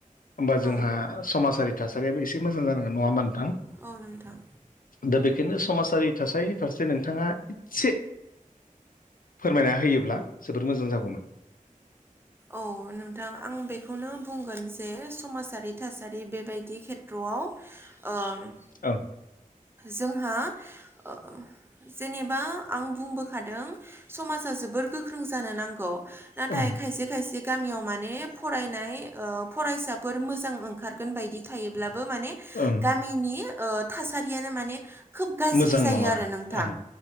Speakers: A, on the left (about 85°); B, on the right (about 15°).
A: होमबा जोंहा
B: औ
A: समाजारि थासारियो एसे मोजां जानांगोन नङा होनबा नों
B: औ नोंथां
A: दा बेखायनो समाजारि थासारिनि फारसे नोंथाङा एसे फोरमायना होयोब्ला जोबोर मोजां जागौमोन
B: औ नोंथां आं बेखौनो बुंगोन जे समाजारि थासारि बेबायदि खे <unintelligible> ओम
A: ओं
B: जोंहा ओ जेनेबा आं बुंबोखादों समाजा जोबोर गोख्रों जानो नांगौ नाथाय
A: ओं
B: खायसे खायसे गामियाव माने फरायनाय ओ फरायसाफोर मोजां ओंखारगोन बायदि थायोब्ला ओ मान
A: ओं
B: गामिनि ओ थासारियानो माने खोब गाज्रि
A: मोजां
B: जायो
A: नङा
B: आरो नोंथां
A: ओं